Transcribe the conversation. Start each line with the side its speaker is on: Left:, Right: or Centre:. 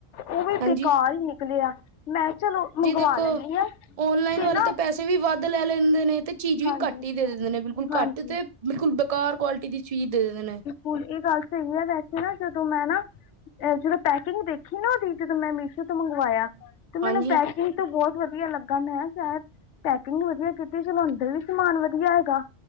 Left: ਉਹ ਵੀ
Right: ਹਾਂਜੀ
Left: ਬੇਕਾਰ ਹੀ ਨਿਕਲਿਆ ਮੈ ਚਲੋ ਮੰਗਵਾ
Right: ਜੀ ਦੇਖੋ
Left: ਲੈਂਦੀ ਹਾਂ
Right: ਔਨਲਾਈਨ
Left: ਤੇ
Right: ਵਾਲੇ
Left: ਨਾ
Right: ਤੇ ਪੈਸੇ ਵੀ ਵਧ ਲੈ ਲੈਂਦੇ ਨੇ ਤੇ ਚੀਜ਼ ਵੀ
Left: ਹਾਂਜੀ
Right: ਘਟ ਹੀ ਦੇ ਦਿਦੇ ਨੇ ਬਿਲਕੁਲ
Left: ਹਾਂਜੀ
Right: ਘਟ ਤੇ ਬਿਲਕੁਲ ਬੇਕਾਰ ਕੁਆਲਿਟੀ ਦੀ ਚੀਜ਼ ਦੇ ਦਦੇ ਨੇ
Left: ਹੋਰ ਇਹ ਗਲ ਸਹੀ ਹੈ। ਵੈਸੇ ਨਾ ਜਦੋ ਮੈ ਨਾ ਜਦੋਂ ਪੈਕਿੰਗ ਦੇਖੀ ਨਾ ਉਹਦੀ ਜਦੋ ਮੈਂ ਮੀਸ਼ੋ ਤੋ ਮੰਗਵਾਇਆ ਤੇ ਮੈਨੂੰ
Right: ਹਾਂਜੀ
Left: ਪੈਕਿੰਗ ਤੋਂ ਬਹੁਤ ਵਧੀਆ ਲਗ ਮੈ ਸ਼ਾਇਦ ਪੈਕਿੰਗ ਵਧੀਆ ਕੀਤੀ ਸੀ। ਫਰ ਵੀ ਸਮਾਨ ਵਧੀਆ ਹੈਗਾ-